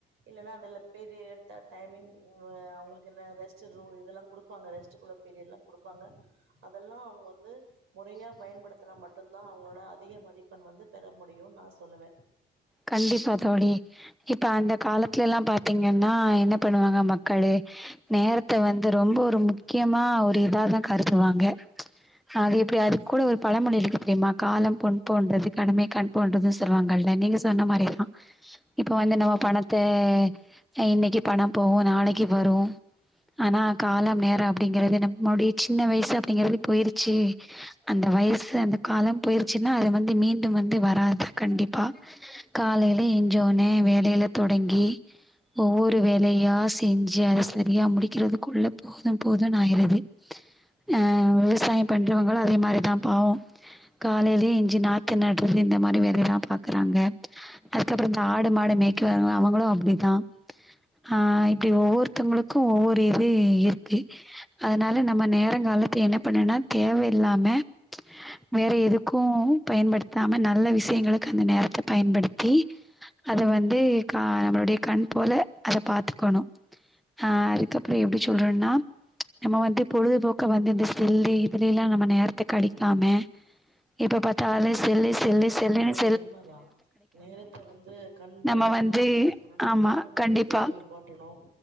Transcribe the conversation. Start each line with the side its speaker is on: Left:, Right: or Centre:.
Right: இல்லன்னா அதுல பெரிய டைமிங் அவங்களுக்கு என்ன ரெஸ்ட் ரூ இதெல்லா குடுப்பாங்க ரெஸ்ட்டுக்குள்ள பீரியட்லா குடுப்பாங்க அதெல்லா அவங்க வந்து மொறையா பயன்படுத்தனா மட்டுதா அவங்களோட மதிப்பெண் வந்து பெற முடியு நா சொல்லுவே
Centre: கண்டிப்பா தோழி இப்ப அந்த காலத்துலேல்லா பாத்தீங்கன்னா என்ன பண்ணுவாங்க மக்களு நேரத்த வந்து ரொம்போ ரொம் முக்கியமா ஒரு இதாதா கருதுவாங்க அது இப்புடி அது கூட ஒரு பழமொழி இருக்கு தெரியுமா காலம் பொன் போன்றது கடமை கண் போன்றதுன்னு சொல்லுவாங்கல்ல நீங்க ஸ் சொன்ன மாரி இருக்கோ இப்ப வந்து நம்ம பணத்த அ இன்னைக்கு பணம் போவோ நாளைக்கு வரும் ஆனா காலம் நேர அப்டிங்கிறது நம்முடைய சின்ன வயசாப் ப்டிங்கிறது போயிருச்சி அந்த அ வயசு அந்த காலம் போயிருச்சின்னா அது வந்து மீண்டும் வந்து வராது கண்டிப்பாக காலையில எஞ்சோனே வேலயில தொடங்கி ஒவ்வொரு வேலயா செஞ்சு அத செரியா முடிக்கிறதுக்குள்ள போதும் போதுன்னு ஆயிருது ஆ விவசாயம் பண்றவங்களும் அதே மாரிதா பாவோ காலைலயே எஞ்சி நாத்து நட்றது இந்த மாரி வேலையல்லா பாக் குறங்க அதுகப்றோதா ஆடு மாடு மேக்கு வரவங்க அவங்களோ அப்புடித்தா ஆ இப்புடி ஒவ்வொருத்தவங்களுக்கு ஒவ்வொரு இது இருக்கு அதனால நம்ம நேரங்கலத்து என்ன பண்ணோன்னா தேவயில்லாம வேற எதுக்கு பயன்படுத்தாம நல்ல விசயங்கள க அந்த நேரத்த பயன்படுத்தி அத வந்து கா நம்பளுடைய கண் போல அத பாத்துக்கணு அ அதுக்கப்றோ எப்டி சொல்றோன்னா நம்மோ வந்து பொழுதுபோக்க வந்து இந்த செல்லு இதுலேல்லா நம்ம நேரத்த கழிக்காம எப்ப பத்தாலே செல்லு செல்லு செல்லுனு
Right: து
Centre: ஸ்
Right: உண்ம தா நேரத்த வந்து கண் போல்ட்டு
Centre: நம்ம
Right: நம்மோ
Centre: வந்து
Right: பாத்துக்குணு நம்ம
Centre: ஆமா
Right: கண்ணு நம்மளுக்
Centre: கண்டிப்பா
Right: எவ்ளோ இம்பார்டன்னோ